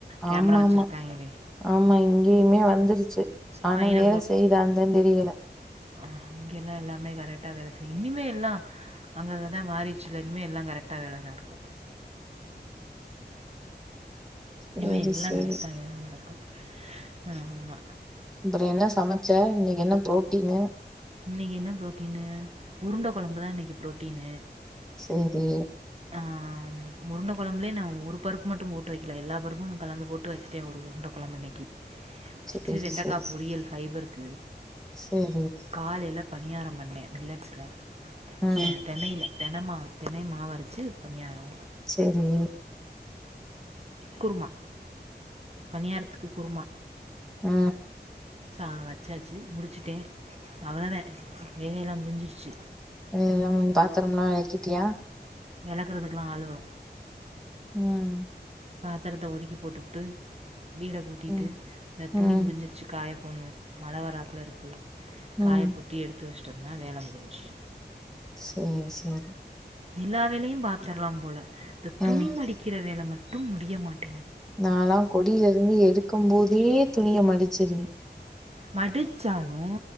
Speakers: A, on the right (about 35°); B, in the centre.
A: கேமரா
B: ஆமா
A: வச்சிருக்காங்களே
B: ஆமா ஆமா இங்கயுமே வந்துருச்சு ஆனா
A: ஃபைன
B: வேல செய்தான்ந்தா தெரியல
A: ஆஹ இங்கெல்லா எல்லாமே கரெக்ட்டா வேல செய்யு இனிமே எல்லா அங்கங்கதா மாறிடுச்சுல இனிமே எல்லா கரெக்டா வேல நடக்கு இனிமே
B: சேரி
A: எல்லா
B: சேரி
A: கரெக்டாவே தா நடக் ஆமா
B: அப்றோ என்ன சமச்ச இன்னைக்கி என்ன ப்ரோட்டின்னு
A: இனைக்கி என்ன ப்ரோட்டீனு உருண்ட கொழம்பு தா இன்னைக்கி ப்ரோட்டீனு
B: சேரி
A: ஆம் உருண்ட கொழம்புலே நா ஒரு பருப்பு மட்டு போட்டு வைக்கல எல்லா பருப்பு கலந்து போட்டு வச்சுட்டே ஒரு உருண்ட கொழம்பு இன்னைக்கி வச்சுட்டு
B: சேரி
A: வெண்டக்கா பொரியல் ஃபைபருக்கு
B: சரி
A: காலைல பணியாரோ பண்ணே மில்லட்ஸ்ல
B: ம்
A: செ தெனையில தெனமாவு தெனை மாவு அரச்சு பணியாரோ
B: சேரிங்க
A: குருமா பணியாரத்துக்கு குருமா
B: ஆ
A: சா வச்சாச்சு முடிச்சுட்டே அவ்ளதே வேலை எல்லா முடிஞ்சிருச்சு
B: ம் எல்லாம் பாத்தரமெல்லா வெளக்கிட்டியா
A: வெளக்குறதுக்குல்லா ஆளு வரு
B: ம்
A: பாத்தரத்த ஒதுக்கி போட்டுபுட்டு வீட கூட்டிட்டு
B: ம்
A: இந்த துணி
B: ம்
A: முடிஞ்சிருச்சி காய போட்ணு மழ வராப்பல இருக்கு காய
B: ம்
A: போட்டு எடுத் து வஷ்டோம்னா வேல முடிஞ்சிச்சு
B: சேரி சேரி
A: எல்லா வேலையு பாத்துர்லா போல இந்த துணி
B: ம்
A: மடிக்கிற வேல மட்டும் முடிய மாட்டேங்
B: நாலா கொடில இருந்து எடுக்கும் போதே துணிய மடிச்சிருவே
A: மடிச்சாலு